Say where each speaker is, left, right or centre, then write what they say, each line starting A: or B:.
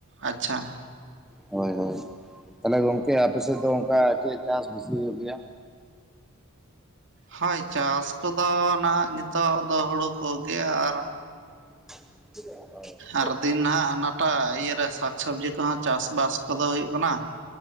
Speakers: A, on the right; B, in the centre.
A: ᱟᱪᱪᱷᱟ,
B: ᱦᱳᱭ ᱦᱳᱭ, ᱛᱟᱦᱚᱞᱮ ᱜᱚᱝᱠᱮ ᱟᱯᱮ ᱥᱮᱫ ᱫᱚ ᱚᱱᱠᱟ ᱪᱮᱫ ᱪᱟᱥ ᱵᱮᱥᱤ ᱦᱩᱭᱩᱜ ᱜᱮᱭᱟ?
A: ᱦᱳᱭ ᱪᱟᱥ ᱠᱚᱫᱚ ᱱᱟᱦᱟᱜ ᱱᱤᱛᱚᱜ ᱫᱚ ᱦᱩᱲᱩ ᱠᱚᱜᱮ, ᱟᱨᱼᱼ
B: <unintelligible>
A: ᱟᱨ ᱫᱤᱱ ᱱᱟᱦᱟᱜ ᱦᱟᱱᱟᱴᱟᱜ ᱤᱭᱟᱹ ᱨᱮ ᱥᱟᱠ ᱥᱚᱵᱽᱡᱤ ᱠᱚᱦᱚᱸ ᱪᱟᱥ ᱵᱟᱥ ᱠᱚᱫᱚ ᱦᱩᱭᱩᱜ ᱠᱟᱱᱟ᱾